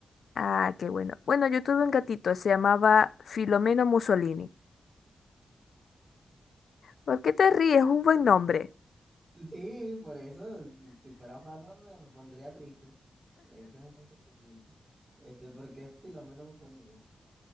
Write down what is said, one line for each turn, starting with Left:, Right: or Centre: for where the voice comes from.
Left: Ah, qué bueno. Bueno, yo tuve un gatito, se llamaba Filomeno Mussolini. ¿Por qué te ríes? Es un buen nombre.
Right: Sí, por eso, si fuera malo, me, me pondría triste. Reírse es un buen sentimiento. Este, porque es Filomeno Mussolini.